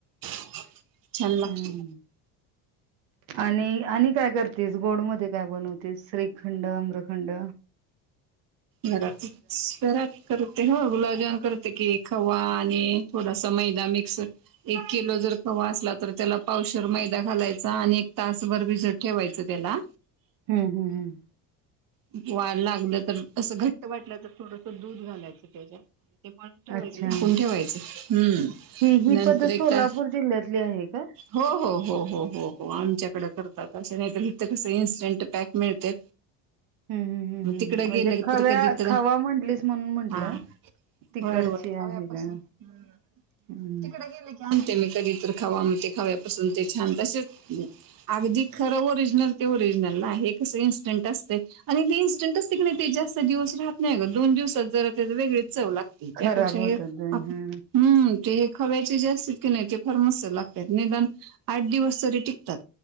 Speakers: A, on the right (about 45°); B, on the right (about 70°).
A: छान! लागतेय.
B: हम्म आणि आणि काय? करतेस गोड मध्ये काय बनवतेस. श्रीख श्रीखंड, अम्रखंड
A: घरात <unintelligible> ते हो गुलाब जामन करते, कि खवा आणि थोडासा मैदा मिक्स एक किलो जर ख असला तर त्याला पावशवर मैदा घालायचा. आणि एक तासभर भिजत ठेवायचं. त्याला
B: हम्म हम्म हम्म!
A: <unintelligible> लागलं, तर असं घट्ट वाटलं तर थोडस दूध घालायचं त्याच्यात. <unintelligible> ठेवायचं
B: अच्छा
A: झाकुन ठेवायचं. हम्म!
B: ही ही
A: नंतर
B: पद्धत
A: एकदा
B: सोलापूर जिल्ह्यातली आहे का?
A: हो हो. हो हो हो हो आमच्याकडे करतात. <unintelligible> इथ कसं इन्स्टंट पॅक मिळतेत.
B: हम्म हम्म हम्म
A: म
B: हम्म
A: तिकडं
B: म्हणजे
A: गेलं एक
B: खव्या
A: तर कधी, तर
B: खवा म्हटलीस म्हणून म्हंटलं
A: हा
B: तिकडची
A: होय, खव्यापासून
B: आहे का?
A: <unintelligible>
B: हम्म
A: तिकडे गेले. की आ कधी तर खावा म खपासून ते छान! तसेचं अगदी खरं ओरिजनल ते ओ <unintelligible> कसं इन्संट असतं. आणि ते इन्स्टंटच असते की, नाही ते जास्त दिवस राहत नाही गं. दोन दिवसात जर वेगळे चव लागतय. त्यापेक्षा
B: खराब
A: हे
B: होतात ते हा
A: आप हम्म! ते खव्याची <unintelligible> नाही ते फार मस्त लागतात. निदान आठ दिवस तरी टिकतात.